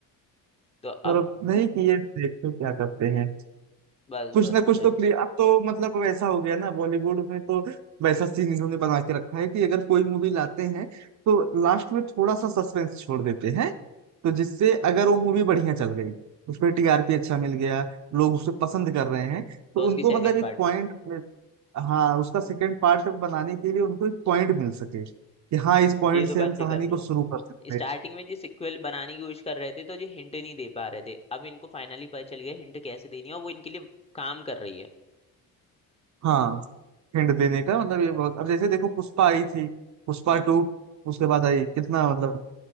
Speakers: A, on the left; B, on the right.
A: तो अब
B: पर अब नहीं कि ये देखते क्या करते हैं
A: बस
B: कुछ
A: बस
B: ना कुछ
A: भाई
B: तो प्ले अब तो मतलब वैसा हो गया ना बॉलीवुड में तो वैसा सीन इन्होंने बना के रखा है कि अगर कोई मूवी लाते हैं तो लास्ट में थोड़ा सा सस्पेंस छोड़ देते हैं तो जिससे अगर वो मूवी बढ़िया चल गई उस पर टीआरपी अच्छा मिल गया लोग उसे पसंद कर रहे हैं तो
A: तो उसकी
B: उनको
A: सेकंड
B: मतलब एक
A: पार्ट
B: पॉइंट हाँ उसका सेकंड पार्ट बनाने के लिए उनको एक पॉइंट मिल सके कि हाँ इस पॉइंट
A: ये तो
B: से
A: बात
B: हम
A: सही
B: कहानी
A: कर रहे
B: को
A: हो
B: शुरू कर सकते
A: स्टार्टिंग
B: हैं
A: में जो सिक्वल बनाने की कोशिश कर रहे थे तो ये हिंट नहीं दे पा रहे थे अब इनको फाइनली पता चल गया हिंट कैसे देनी है और वो इनके लिए काम कर रही है
B: हाँ हिंट देने का मतलब ये बहुत अब जैसे देखो पुष्पा आई थी पुष्पा
A: हम्म
B: टू उसके बाद आई कितना मतलब